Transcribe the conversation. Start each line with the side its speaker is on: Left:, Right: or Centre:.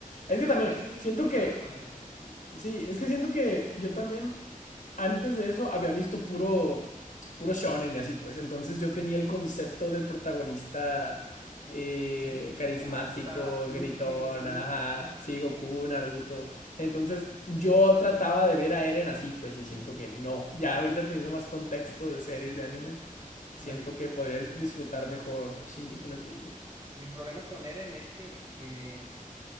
Left: Es
Right: Yo
Left: que también,
Right: creo que ese es mi
Left: siento
Right: problema
Left: que,
Right: con Eren.
Left: sí, es que siento que yo también antes de eso había visto puro, puro shonen y así pues. Entonces yo
Right: Sí,
Left: tenía el concepto del protagonista eh,
Right: sí.
Left: carismático,
Right: eh, hasta Luffy,
Left: gritón,
Right: Goku.
Left: ajá, sí, Goku, Naruto. Entonces yo trataba de ver a Eren así pues y siento que no. Ya ahorita teniendo más contexto de series, de animes, siento
Right: Ándale.
Left: que podrías disfrutar mejor Shingeki no Kyojin.
Right: Mi problema con Eren es que eh,